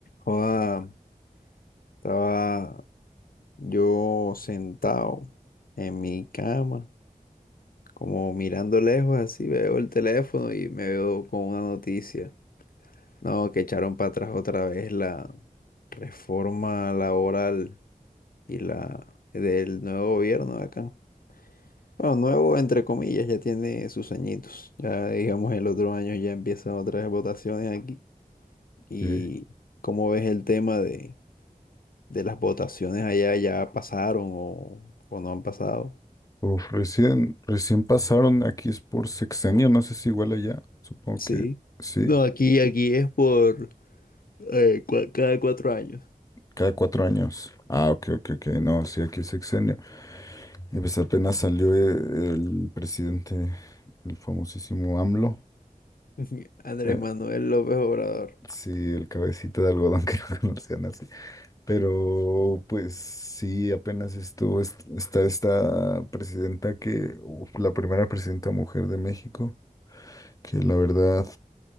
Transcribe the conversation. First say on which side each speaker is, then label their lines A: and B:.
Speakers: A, on the left; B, on the left.
A: Joda, estaba yo sentado en mi cama, como mirando lejos, así veo el teléfono y me veo con una noticia. No, que echaron para atrás otra vez la reforma laboral y la del nuevo gobierno de acá. Bueno, nuevo entre comillas, ya tiene sus añitos. Ya digamos el otro año ya empiezan otras votaciones aquí. ¿Y
B: Sí.
A: cómo ves el tema de de las votaciones allá ya pasaron o, o no han pasado.
B: Uf, recién, recién pasaron aquí es por sexenio, no sé si igual allá, supongo
A: Sí.
B: que sí,
A: No, aquí, aquí es por eh, cua- cada cuatro años.
B: cada cuatro años. Ah, ok, ok, ok, no, sí, aquí es sexenio. Y pues apenas salió eh, el presidente, el famosísimo AMLO.
A: <laughs> Andrés
B: eh,
A: Manuel López Obrador.
B: sí, el cabecita de algodón que lo <laughs> conocían así. Pero pues sí, apenas estuvo, est- está esta presidenta que, uf, la primera presidenta mujer de México, que la verdad.